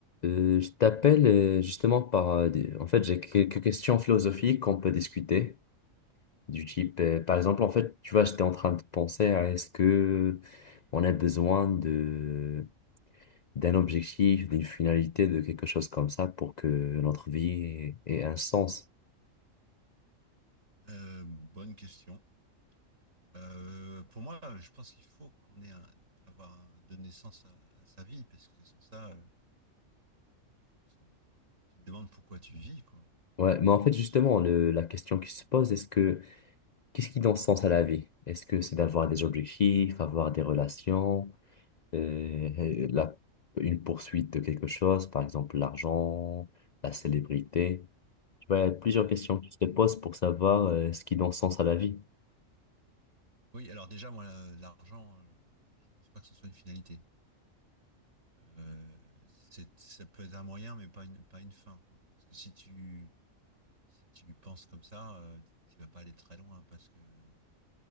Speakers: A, on the left; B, on the right.
A: Euh, je t'appelle euh, justement par... euh, des- En fait, j'ai quelques questions philosophiques qu'on peut discuter, du type, euh, par exemple, en fait, tu vois, j'étais en train de penser à est-ce que on a besoin de d'un objectif, d'une finalité, de quelque chose comme ça pour que notre vie ait, ait un sens.
B: Euh, bonne question. Euh, pour moi, je pense qu'il faut qu'on ait un, avoir un- donne naissance à, à sa vie parce que sans ça, euh, tu, tu te demandes pourquoi tu vis, quoi.
A: Ouais, mais en fait, justement, le, la question qui se pose, est-ce que qu'est-ce qui donne sens à la vie? Est-ce que c'est d'avoir des objectifs, avoir des relations? euh, la- une poursuite de quelque chose, par exemple l'argent, la célébrité. Tu vois, il y a plusieurs questions qui se posent pour savoir euh, ce qui donne sens à la vie.
B: Oui, alors déjà, moi, la- l'argent, euh, je pense pas que ce soit une finalité. Euh, c'est, ça peut être un moyen, mais pas une, pas une fin, quoi. Parce que si tu, si tu penses comme ça, euh, tu vas pas aller très loin parce que